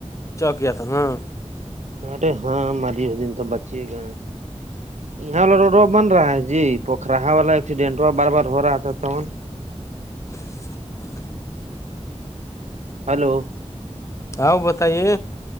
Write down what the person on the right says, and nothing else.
ارے ہاں ماری اس دن تو بچیے گا یہاں والا روڈ ہوا بن رہا ہے جی پوکھرا والا ایکسیڈینٹ ہو بار بار ہو رہا تھا تون
ہلو